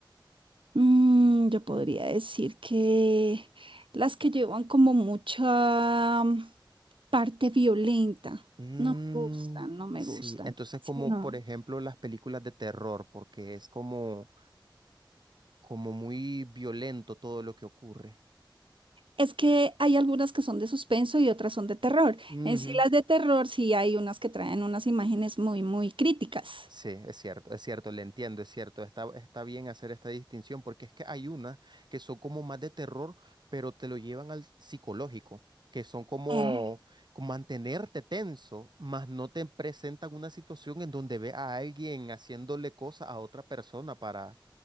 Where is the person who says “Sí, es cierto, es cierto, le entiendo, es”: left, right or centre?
Right